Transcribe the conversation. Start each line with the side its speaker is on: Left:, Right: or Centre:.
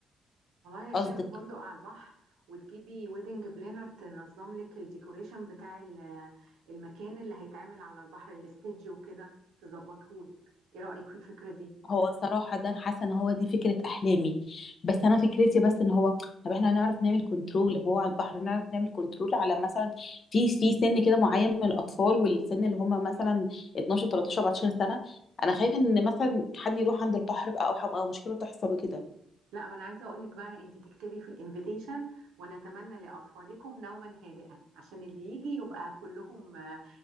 Right: والله انا
Left: قصدك
Right: شايفه فندق على البحر وتجيبي ويدنج بلانر تنظم لك الديكوريشن بتاع ال- المكان اللي هيتعمل على البحر الاستيدج وكده تظبطه لك ايه رايك في الفكره دي
Left: هو الصراحه ده انا حاسه ان هو دي فكره احلامي بس انا فكرتي بس ان هو طب احنا هنعرف نعمل كنترول هو على البحر نعرف نعمل كنترول على مثلا في في سن كده معين من الاطفال والسن اللي هم مثلا 12 13 14 سنه انا خايفه ان مثلا حد يروح عند البحر بقى او حاجة- أو مشكله تحصل وكده
Right: لا ما انا عايزه اقول لك بقى انت تكتبي في الانفيتيشن ونتمنى لاطفالكم نوما هادئا عشان اللي يجي يبقى كلهم آه،